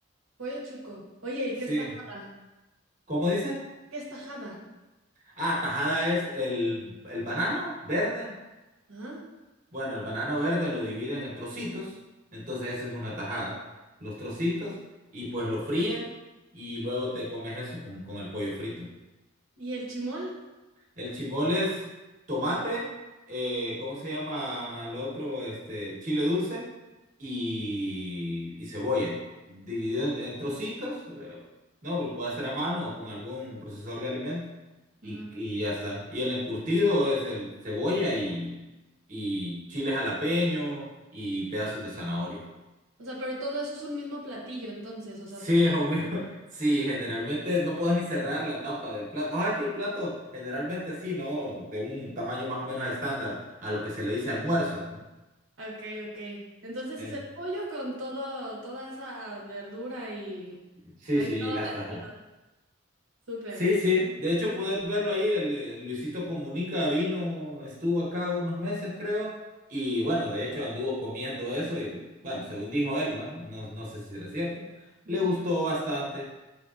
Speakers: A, on the right; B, on the right.
A: pollo chuco. Oye, ¿y
B: Sí.
A: qué es tajada?
B: ¿Cómo dice?
A: ¿Qué es tajada?
B: Ah, tajada es el, el banano verde.
A: Ajá.
B: Bueno, el banano verde lo dividen en trocitos, entonces esa es una tajada. Los trocitos y pues lo fríen y luego te comes eso con, con el pollo frito.
A: ¿Y el chimol?
B: El chimol es tomate, eh, ¿cómo se llama lo otro? Este, chile dulce y, y cebolla. Dividido en, en trocitos, eh, no, lo puedes hacer a mano o con algún procesador de alimentos. Y,
A: Ajá.
B: y ya está. Y el encurtido es el cebolla y, y chile jalapeño y pedazos de zanahoria.
A: O sea, pero todo eso es un mismo platillo, entonces, o
B: Sí,
A: sea, se...
B: <laughs> es un mismo- <laughs> Sí, generalmente no puedes ni cerrar la tapa del plato. Vos sabés que hay platos generalmente así, ¿no? De un tamaño más o menos estándar a lo que se le dice almuerzo, ¿no?
A: Ok, ok. Entonces
B: Eh,
A: es el pollo con todo, toda esa verdura y
B: sí,
A: ahí
B: sí,
A: todo
B: y las
A: mezclado.
B: tajas.
A: Súper.
B: Sí, sí. De hecho, puedes verlo ahí. El, eh, Luisito Comunica vino, estuvo acá unos meses, creo. Y bueno, de hecho anduvo comiendo eso y le- bueno, según dijo él, bueno, no, no sé si será cierto.
A: Ujú.
B: Le gustó bastante